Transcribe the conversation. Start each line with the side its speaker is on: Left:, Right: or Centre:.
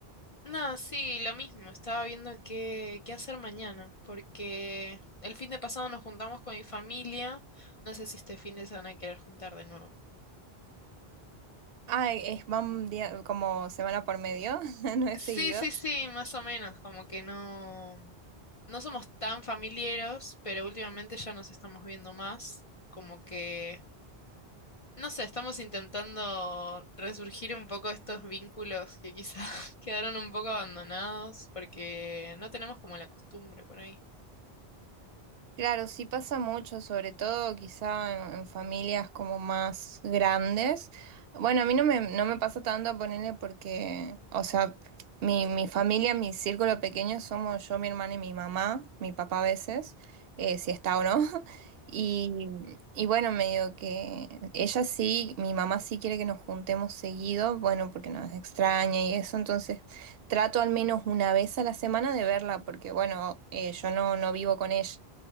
Left: No, sí, lo mismo, estaba viendo qué, qué hacer mañana, porque el fin de pasado nos juntamos con mi familia, no sé si este fin de se van a querer juntar de nuevo.
Right: Ah, es, van día- como semana por medio, <laughs> no es
Left: Sí,
Right: seguido.
Left: sí, sí, más o menos, como que no, no somos tan familiares, pero últimamente ya nos estamos viendo más, como que, no sé, estamos intentando resurgir un poco estos vínculos que quizás <laughs> quedaron un poco abandonados, porque no tenemos como la costumbre por ahí.
Right: Claro, sí pasa mucho, sobre todo quizá en, en familias como más grandes. Bueno, a mí no me, no me pasa tanto ponerle porque, o sea, mi, mi familia, mi círculo pequeño somos yo, mi hermana y mi mamá, mi papá a veces, eh, si está o no. <laughs> Y, y bueno, medio que ella sí, mi mamá sí quiere que nos juntemos seguido, bueno, porque nos extraña y eso, entonces trato al menos una vez a la semana de verla, porque bueno, eh, yo no, no vivo con ella.